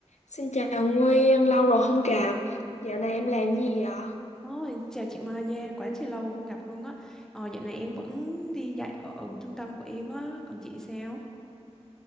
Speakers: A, on the left (about 80°); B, in the centre.
A: Xin chào Nguyên, lâu rồi không gặp. Dạo này em làm gì vậy?
B: Ôi, chào chị Mai nha, quá chị lâu rồi không gặp luôn á. Ờ, dạo này em vẫn đi dạy ở trung tâm của em á, còn chị sao?